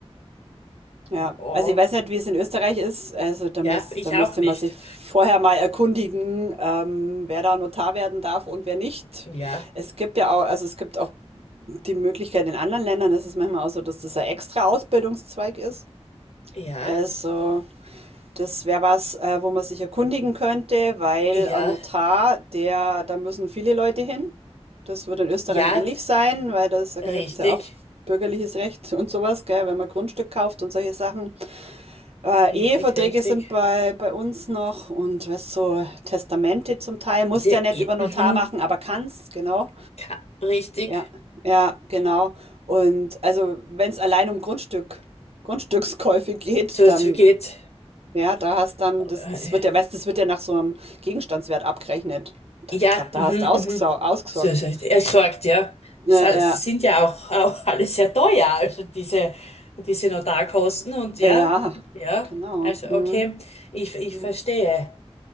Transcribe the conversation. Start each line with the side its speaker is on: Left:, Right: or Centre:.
Right: Ja,
Left: oh.
Right: also ich weiß nicht, wie es in Österreich ist. Also da
Left: Ja,
Right: müß,
Left: ich
Right: da müsste
Left: auch nicht.
Right: man sich vorher mal erkundigen, ähm, wer da Notar werden darf und wer nicht.
Left: Ja,
Right: Es gibt ja auch, also es gibt auch die Möglichkeit in anderen Ländern, ist es manchmal auch so, dass das ein extra Ausbildungszweig ist.
Left: ja,
Right: Also das wäre was, äh, wo man sich erkundigen könnte, weil
Left: ja,
Right: ein Notar, der, da müssen viele Leute hin. Das wird in Österreich
Left: ja,
Right: ähnlich sein, weil das, da
Left: richtig,
Right: gibt es ja auch bürgerliches Recht und sowas, gell, wenn man Grundstück kauft und solche Sachen. Äh,
Left: richtig,
Right: Eheverträge
Left: richtig.
Right: sind bei, bei uns noch und weißt so Testamente zum Teil. Musst
Left: Die,
Right: ja nicht über Notar
Left: mhm,
Right: machen, aber kannst, genau.
Left: ka- richtig.
Right: Ja, ja, genau. Und also wenn es allein um Grundstück, Grundstückskäufe geht,
Left: So, es
Right: dann,
Left: geht.
Right: ja, da hast dann, das,
Left: äh,
Right: das wird ja, weißt, das wird ja nach so einem Gegenstandswert abgerechnet. Da-
Left: Ja,
Right: Ich glaube, da
Left: mhm,
Right: hast du ausgesau-
Left: mhm.
Right: ausgesorgt.
Left: So, so, er sagt, ja.
Right: Ja,
Left: Sa-
Right: ja,
Left: Sind ja auch, <laughs> auch alle sehr teuer, also diese, diese Notarkosten und ja,
Right: ja,
Left: ja,
Right: genau.
Left: also
Right: Hm,
Left: okay, ich, ich
Right: hm,
Left: verstehe.